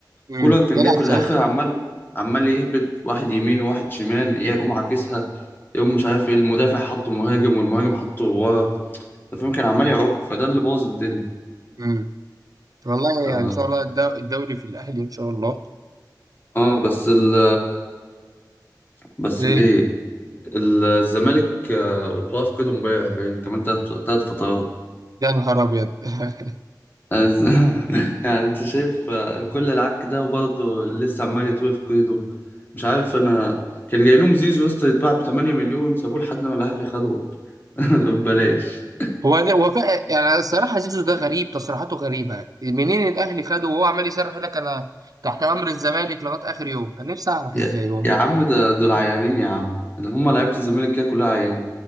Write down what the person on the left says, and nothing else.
كولر كان
جاي في
الآخر عمال عمال يهبط واحد يمين وواحد شمال يقوم عاكسها يقوم مش عارف ايه المدافع حطه مهاجم والمهاجم حطه ورا أنت فاهم كان عمال يعك فده اللي بوظ الدنيا
اه,
آه بس ال بس
الايه الزمالك آه، اتوقف كده امبارح باين كمان تلات تلات فترات
<laughs> عايز- يعني انت شايف آه، كل العك ده وبرضه لسه عمال يتوقف كده مش عارف انا كان جاي لهم زيزو يا اسطى يتباع ب 8 مليون سابوه لحد ما الاهلي خدوه <laughs> ببلاش
يا,
يا عم ده دول عيانين يا عم اللي هم لعيبه الزمالك كده كلها عيان